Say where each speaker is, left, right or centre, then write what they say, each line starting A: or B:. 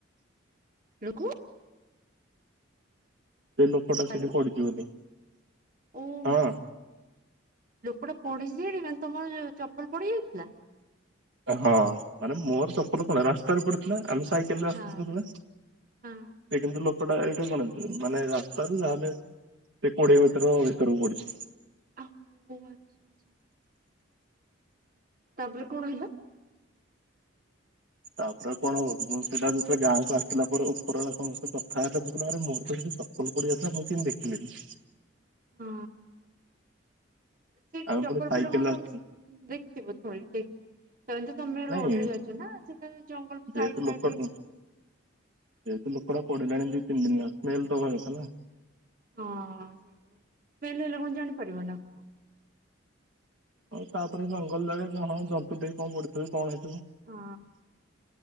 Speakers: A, on the right; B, on the right.
A: ଲୋକ
B: ସେ ଲୋକଟା
A: ହ୍ୟାଲୋ
B: ସେଠି ପଡିଛି ବୋଲି
A: ଓ
B: ହଁ।
A: ମା ଲୋକଟା ପଡିଚି ଯେ ସେଠି ମାନେ ତମର ଚପଲ ପଡିଯାଇଥିଲା?
B: ହଁ ମାନେ ମୋର ଚପଲ କଣ ରାସ୍ତାରେ ପଡିଥିଲା ଆମେ ସାଇକେଲ ରେ ଆସୁଥିଲୁ
A: ହଁ
B: ନା,
A: ହଁ
B: ସେ କିନ୍ତୁ ଲୋକ ଲୋକଟା ଏଇଠୁ କଣ ମାନେ ରାସ୍ତାରୁ ଯାହାହେଲେ ସେ କୋଡିଏ ମିଟର ଭିତରକୁ ପଡିଛି
A: ଓହୋ ଆଚ୍ଛା ଆଚ୍ଛା। ତାପରେ କଣ ହେଲା?
B: ତାପରେ ଆଉ କଣ ହବ? ମୁଁ ସେଇଟା ଯେତେବେଳେ ଗାଁ କୁ ଆସିଲା ପରେ ଉପର ବେଳା ସମସ୍ତେ କଥା ହେଲେ, ମୁଁ କହିଲି ଆରେ ମୋର ତ ସେଇଟି ଚପଲ ପଡିଯାଇଥିଲା ମୁଁ କେମିତି ଦେଖିଲିନି।
A: ହଁ। ସେଇଟି
B: ଆମେ
A: ଚପଲ
B: ପୁଣି ସାଇକେଲରେ
A: ପଡ଼ିଲେ କଣ ତମେ
B: ଆସିଥିଲୁ
A: ଦେଖିଥିବ ଥୋଡି। ତାହେନେ ତ ତମେ ରୋଡରେ
B: ନାଇଁ
A: ଯାଉଚ ନା ସେ ତ ଜଙ୍ଗଲ ସାଇଡ
B: ଯେହେତୁ
A: ଫାଇଡରେ
B: ଲୋକ ଯେହେତୁ ଲୋକଟା ପଡ଼ିିଲାଣି ଦି ତିନ ଦିନ ହେଲା, ସ୍ମେଲ ତ ହବା କଥା ନା।
A: ହଁ ସେଇଟା ବି ସ୍ମେଲ ହେଲେ କଣ ଜାଣିପାରିବନି ନା କଣ?
B: ଆଉ ତାପରେ ଜଙ୍ଗଲ ଜାଗା କଣ ହଁ ଜନ୍ତୁ ଟେଇ କଣ ପଡ଼ିଥିବେ କଣ ହେଇ
A: ହଁ।